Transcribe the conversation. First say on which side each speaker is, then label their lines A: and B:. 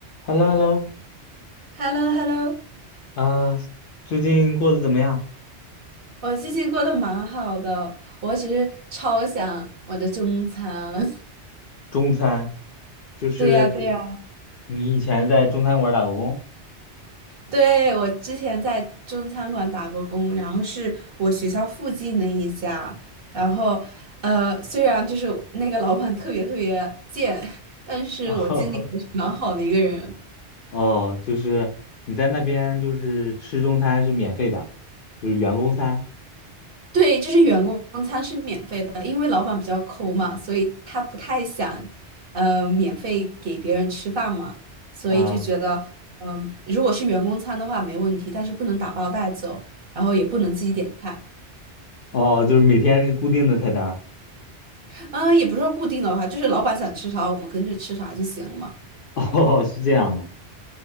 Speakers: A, on the left; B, on the right.
A: h e l l o h e l l o
B: h e l l o h e l l o
A: 啊，最近过得怎么样？
B: 我最近过得蛮好的，我只是超想我的中餐。<laughs>
A: 中餐，就是
B: 对呀，对呀，
A: 你以前在中餐馆打过工？
B: 对，我之前在中餐馆打过工，然后是我学校附近的一家，然后呃，虽然就是那个老板特别特别贱，<laughs> 但是我经理还是蛮好的一个人。
A: <laughs> 哦，哦，就是你在那边就是吃中餐是免费的，就是员工餐
B: 对，就是员工餐是免费的，因为老板比较抠嘛，所以他不太想，呃，免费给别人吃饭嘛，所以就觉得，
A: 啊，
B: 嗯、如果是员工餐的话没问题，但是不能打包带走，然后也不能自己点菜，
A: 哦，哦就是每天是固定的菜单儿
B: 啊、也不是说固定的话，就是老板想吃啥，我们跟着吃啥就行了嘛。
A: <laughs> 哦，是这样的，